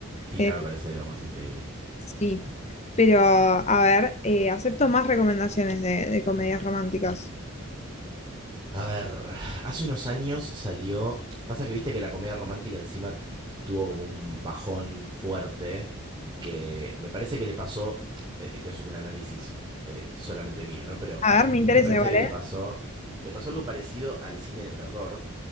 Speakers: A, on the right; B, on the left.
A: Tina
B: Eh,
A: me parece de lo más increíble.
B: sí, pero a ver, eh, acepto más recomendaciones de, de comedias románticas.
A: A ver, hace unos años salió. Pasa que viste que la comedia romántica encima tuvo como un bajón fuerte que me parece que le pasó. eh, Este es un análisis eh, solamente mío, ¿no? Pero
B: A ver, me interesa,
A: me parece
B: ¿vale?
A: que le pasó. Le pasó algo parecido al cine de terror,